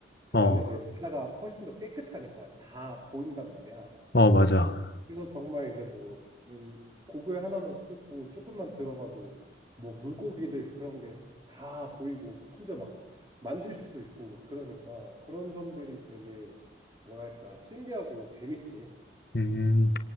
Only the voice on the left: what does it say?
어,
어, 맞아.
음.